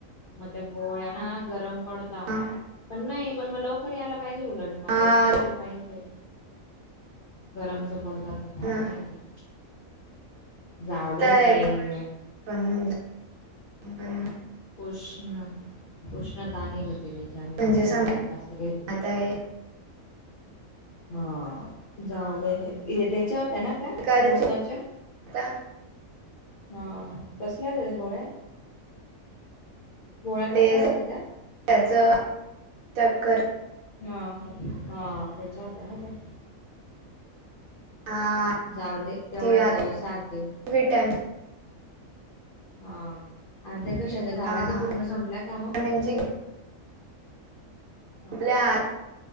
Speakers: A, on the left; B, on the right.
A: मग त्या गोळ्या ना गरम पडता.
B: हा,
A: पण नाही पण म लवकर यायला पाहिजे उलट- म
B: हा
A: लेट नी आल पाहिजेल गरम जा पडत आता
B: न,
A: काय माहीती जाऊ
B: तर
A: दे काय
B: येत पण - पण
A: उष्ण उष्णता आणि होते त्याच्याने
B: म्हणजे
A: लडगो
B: समजत
A: जास्त घेरले
B: आहे
A: हा जा त्या्याच्या होत्या ना त्या
B: प्रकारची
A: डोक्याच्या
B: आता
A: हा कसल्या आ गोळ्या <unintelligible> गोळा
B: ते
A: कसला होताचा <unintelligible>
B: त्याचं.. टक्कर <unintelligible>
A: हा. हा.. त्याच्या होत ना ते <unintelligible>
B: हा
A: जाऊ दे, तेवढा
B: ती आता
A: तो.. सात दिवस <unintelligible>
B: विटॅमिन
A: हा.. आणि त्या घशाचा झाला
B: हा
A: का पूर्ण संपला कामा
B: विटॅमिनची
A: <unintelligible> हा
B: आपल्या...